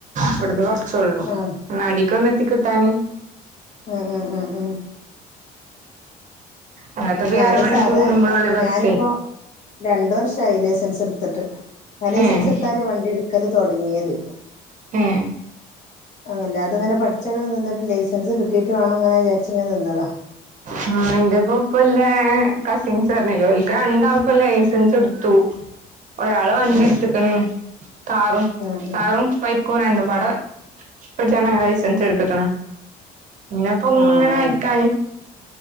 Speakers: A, on the right; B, on the left.
A: ഇബട്ന്ന് കൊറച്ചോള്ളൂ
B: ആഹ്
A: അങ്ങാടിക്കൊന്ന് എത്തി കിട്ടാന്
B: ഹ ഹ ഹ ഹ
A: അല്ലാത്തപ്പോ
B: ഞാന്
A: ഈ അരമണിക്കൂർ
B: സാധാ
A: കൂടുമ്പോഴല്ലേ ബസ്സേ
B: ഞാനിപ്പോ രണ്ട വർഷം ഷായി ലൈസൻസ് എടുത്തിട്ട് ആ ലൈസൻസ്
A: ഏഹ്
B: എടുത്താലേ വണ്ടി എടുക്കല് തുടങ്ങിയത്
A: ഏ
B: അല്ലാതെഅത്ങ്ങനെ പഠിച്ചങ്ങ് നിന്നട്ട് ലൈസൻസ് കിട്ടിട്ടു വേണങ്ങനെ വിചാരിച്ച ഇങ്ങനെ നിന്നതാ
A: ആ എന്റെപ്പ ഒപ്പല്ല കസിൻസ് പറഞ്ഞല്ലോ അവക്ക് രണ്ടാൾ കൊള്ള ലൈസൻസ് എടുത്തു ഒരാള വണ്ടി
B: ആഹ്
A: എടുത്തക്കണ കാറും
B: ആഹ്
A: കാറും ബൈക്കും രണ്ടും പാട ട്ടാണ് ലൈസൻസ് എടുത്തക്കണ ഇന്നപ്പ ഇങ്ങനെ
B: ആഹ് ആഹ്
A: അയക്ക